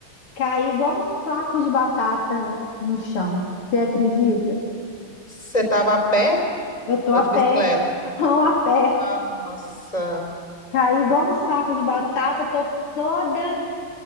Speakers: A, on the left; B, on the left.
A: caí igual um saco de batata no chão. Você acredita?
B: Você tava a pé
A: Eu tô
B: ou
A: a
B: de
A: pé,
B: bicicleta?
A: <laughs> não a pé.
B: Ah, Nossa,
A: Caí igual um saco de batata, tô toda